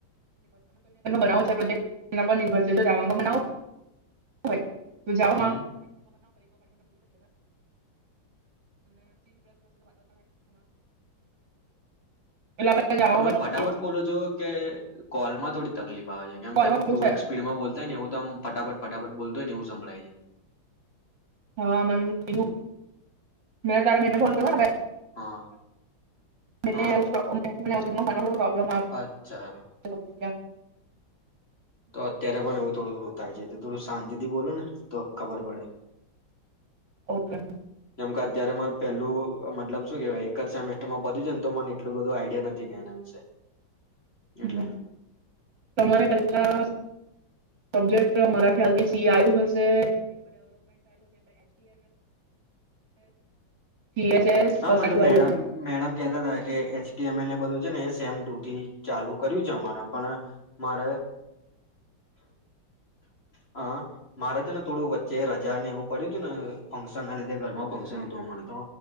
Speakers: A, on the right; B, on the left.
A: એના પર નિર્ભર છે. હોય. તો જાવમાં
B: હમ
A: આપણે <inaudible> <inaudible> એટલે જાવામાં
B: તમે ફટાફટ
A: બનાવીએ
B: બોલો છો કે કોલ માં થોડી તકલીફ આવે છે કેમ
A: ફોનમાં
B: કે આમ ટુ
A: શું છે
B: એકસ્પીડમાં બોલતા હોય ને એવું તો આમ ફટાફટ ફટાફટ બોલતો હોય ને એવું સંભળાય છે.
A: હહ મન કીધું મેં તારી બેનને ફોન કર્યો
B: હા હા
A: ને <inaudible>
B: અચ્છા
A: <inaudible> <inaudible>
B: તો અત્યારે પણ એવું થોડું થોડું થાય છે તો થોડુસ શાંતિથી બોલો ને તો ખબર પડે.
A: ઓકે.
B: કેમ કે અત્યારે મા પેલું મતલબ શું કેવાય એક જ સેમેસ્ટર માં પતી ગિયું ને તો મને એટલું બધું આઈડિયા નથી કે આના વિશે. એટલે
A: હ તમારે પટલા સબ્જેક્ટ મરાઠી હલથી સી આવ્યું હશે <unintelligible>
B: હા
A: બસ
B: મતલબ
A: આટલું આવ્યું
B: મેડમ મેડમ કેતા હતા કે એચ ટી એમ એલ ને બધું છે ને સેમ ટુ થી ચાલુ કર્યું છે અમારા પણ મારે અ મારે છે ને થોડું વચ્ચે રજા ને એવું પડ્યું તું ને ફંક્શન ના લીધે ઘરમાં ફંક્શન હતું અમારુ તો